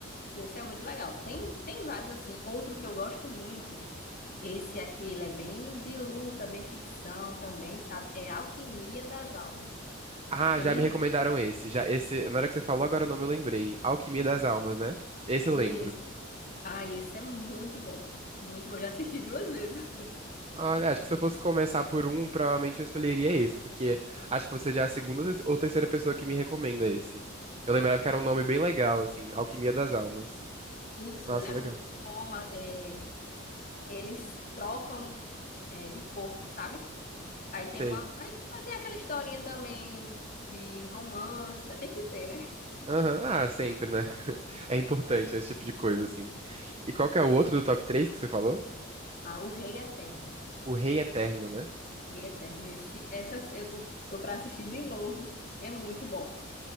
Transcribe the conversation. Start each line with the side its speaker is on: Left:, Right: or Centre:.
Left: Suíça é muito legal. Tem, tem vários assim. Outro que eu gosto muito. Esse aqui, ele é bem de luta, bem ficção também, sabe? É Alquimia das Almas.
Right: Ah,
Left: É
Right: já
Left: muito.
Right: me recomendaram esse. Já esse, na hora que você falou, agora o nome eu lembrei. Alquimia das Almas, né? Esse eu
Left: Isso.
Right: lembro.
Left: Ah, esse é muito bom. Muito bom. Já assisti duas vezes.
Right: Olha, acho que se eu fosse começar por um, provavelmente eu escolheria esse, porque acho que você já é a segunda ou terceira pessoa que me recomenda esse. Eu lembrava que era um nome bem legal, assim, Alquimia das Almas.
Left: Isso,
Right: Nossa,
Left: ele é
Right: legal.
Left: muito bom. é, eles trocam, é, de corpo, sabe? Aí
Right: Sei.
Left: tem uma. Aí tem aquela historinha também de romance, né? Tem que ter, né?
Right: Aham, Ah, sempre, né? <laughs> É importante
Left: Mas,
Right: esse tipo de coisa, assim. E qual que é o outro do top 3 que você falou?
Left: ah, O Rei Eterno.
Right: O Rei Eterno, né?
Left: Rei Eterno. Esse, essa eu tô, tô para assistir de novo. É muito bom.